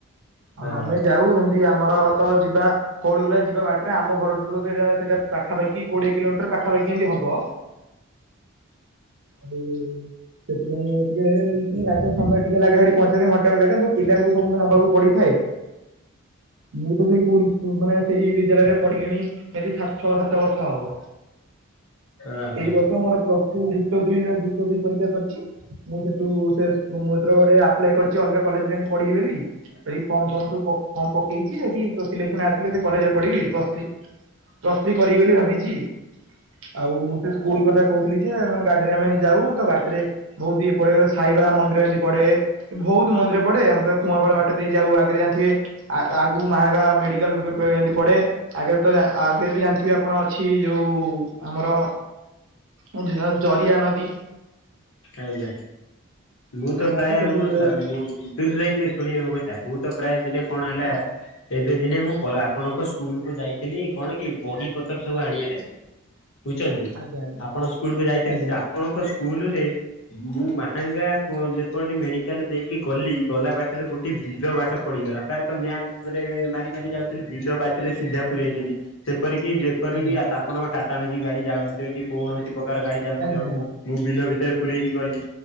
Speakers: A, on the left; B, on the right.
A: ହଁ
B: ଆଉ ଆମେ ଯାଉ ଏମତି କିଆମର ତ ଯିବା କଉଡି କଲା ଯିବା ବାଟରେ ଆମ ଘରଠୁ ବୋଧେ ସେଇଟା ପାଖାପାଖି କୋଡିଏ କିଲୋମିଟର ପାଖାପାଖି ଏମିତି ହବ। ଉଁ ସେଥିପାଇଁ ଆଉ। ଟିକିଏ ଲାଗେ ସମୟ ଟିକିଏ ଲାଗେ ସେଠି ପହଞ୍ଚେଇବା ପାଇଁ ଘଣ୍ଟେଖଣ୍ତେ ଲାଗେ ସବୁ ପିଲାଙ୍କୁ ସବୁୁ ନବାକୁ ପଡିଥାଏ। ମୁଁ ତ ସେଇ ସ୍କୁଲସ୍ ମାନେ ସେଇ ବିଦ୍ୟାଳୟରେ ପଢିଲିଣି। ସେଠି ସାତ ଛଅ ସାତ ବର୍ଷ ହବ
A: ଓହୋ
B: ଏଇ ବର୍ଷ ମୋର ପ୍ଲସ୍ ଟୁ ଯୁକ୍ତଦୁଇ ଆଉ ଯୁକ୍ତଦୁଇ ପରୀକ୍ଷା ସରିଚି ମୁଁ ସେଠୁ ସେ ଶୁଭମୌତ୍ର ଗୋଟେ ଆ ଆପ୍ଲାଇ କରିଚି ଅଲଗା କଲେଜ ରେ ଏମ୍ତି ପଢିବି ବୋଲି। ସେଇ ଫର୍ମ ଫମ ଟୁ ଫର୍ମ ପକେଇଚି ଯଦି ସିଲେକ୍ସନ ଆସିଲେ ସେଇ କଲେଜରେ ପଢିବି ପ୍ଲସଥ୍ରି ପ୍ଲସ୍ ଥ୍ରି କରିବି ବୋଲି ଭାବିଚି। ଆଉ ମୁଁ ସେ ସ୍କୁଲ କଥା କହୁଥିଲି ଯେ ହଁ ଗାଡିରେ ଆମେ ଯାଉ ତ ବାଟରେ ବହୁତ୍ ଇଏ ପଡେ ସାଇବା ମନ୍ଦିର ଏମିତି ପଡେ। ବହୁତ୍ ମନ୍ଦିର ପଡେ ଆମେ ତାକୁ ଖୁଆପଡା ବା ବାଟଦେଇଯାଉ ଆଗେରେ ଥିବେ ଆଗକୁ ମାହାଙ୍ଗା ମେଡିକାଲ ବେଏମତି ପଡେ। ଆଗରେ ତଯାହା ଆଗରେ ବି ଜାଣିଥିବେ ଆପଣ ଅଛି ଯୋଉ ଆମର ମଝିରେ ଜରିଆ ନଦୀ।
A: ଆଜ୍ଞା ମୁଁ
B: ଜରିଆ
A: ତ ପ୍ରାୟ
B: ନଦୀ ସେଠି
A: ମୋ
B: ସେ
A: ସ୍ବା ମୁଁ। ସୁଜିତ ଭାଇ ଟିକିଏ ଶୁଣିବେ ମୋ କଥା ମୁଁ ତ ପ୍ରାୟେ ଦିନେ କଣ ହେଲା
B: ଆଜ୍ଞା
A: ଏବେ ଦିନେ ମୁଁ କ ଆପଣଙ୍କ ସ୍କୁଲ କୁ ଯାଇଥିଲି। କଣ କି ବହି ପତର ସବୁ ଆଣିବା ଲାଗି। ବୁଝୁଚନ୍ତି।
B: ଆଜ୍ଞା
A: ଆପଣଙ୍କ ସ୍କୁଲ କୁ ଯାଇଥିଲି।
B: ଆଜ୍ଞା
A: ସେ ଆପଣଙ୍କ ସ୍କୁଲ ରେ ମୁଁ ମାହାଙ୍ଗା କ ଯେପରି ମେଡିକାଲ ଦେଇକି ଗଲି ଗଲା ବାଟ ସେଥିରେ ଗୋଟେ ବିଲ
B: ଆଜ୍ଞା
A: ବାଟ ପଡିଗଲା। ପ୍ରାୟତଃ ମ୍ଯାପରେ ମାରି ମାରି ଯାଉଥିଲି ବିଲ ବାଟ ରେ ସିଧା
B: ଆଜ୍ଞା
A: ପୁରେଇ ଦେଲି। ହେପରିକି ଯେପରିକି
B: ଆଜ୍ଞା ଆଜ୍ଞା ଆଜ୍ଞା
A: ଆ ତା ଆପଣଙ୍କ ଟାଟା ମେଜିକ ଗାଡି ଯାଉନଥିବ। କି କୌଣସି ପ୍ରକାର ଗାଡି ଯାଉନଥିବ।
B: ଆଜ୍ଞା
A: ମୁଁ ବିଲ ଭିତରେ ପୁରେଇକି ଗଲି।